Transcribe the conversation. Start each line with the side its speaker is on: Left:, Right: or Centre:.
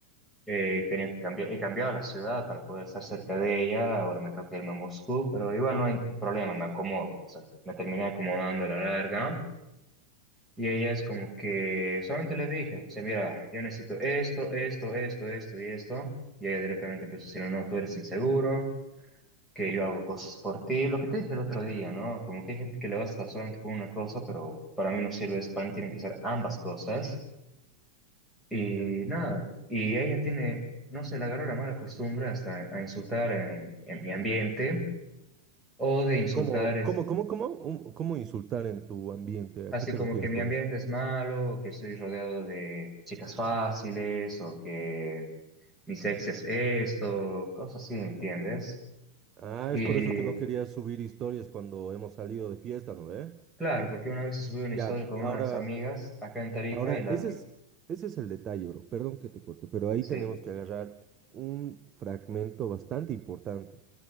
Centre: Eh, tenía que cambiar, he cambiado la ciudad para poder estar cerca de ella. Ahora me toca irme a Moscú, pero igual no hay problema, me acomodo. O sea, me terminé acomodando a la larga. Y ella es como que solamente le dije, o sea, mira, yo necesito esto, esto, esto, esto y esto. Y ella directamente empezó a decirme, no, tú eres inseguro que yo hago cosas por ti. Lo que te dije el otro día, ¿no? Como que hay gente que le basta solamente con una cosa, pero para mí no sirve eso. Para mí tienen que ser ambas cosas. Y
Right: ya.
Centre: nada, y ella tiene, no sé, le agarró la mala costumbre hasta a insultar en, en mi ambiente o de insultar
Right: ¿Cómo,
Centre: es,
Right: cómo, cómo, cómo, Un- cómo insultar en tu ambiente?
Centre: así
Right: ¿A qué te
Centre: como
Right: refieres
Centre: que mi
Right: con
Centre: ambiente
Right: eso?
Centre: es malo, o que estoy rodeado de chicas fáciles o que mi sexo es esto, cosas así, ¿entiendes?
Right: Ah,
Centre: Y
Right: es por eso que no querías subir historias cuando hemos salido de fiesta, ¿no ve?
Centre: Claro, porque una vez subí una
Right: Ya,
Centre: historia con
Right: ahora,
Centre: unas amigas acá en Tarija
Right: Ahora,
Centre: y la,
Right: ese es, ese es el detalle, bro. Perdón que te corto, pero ahí
Centre: Sí,
Right: tenemos que agarrar un fragmento bastante importante.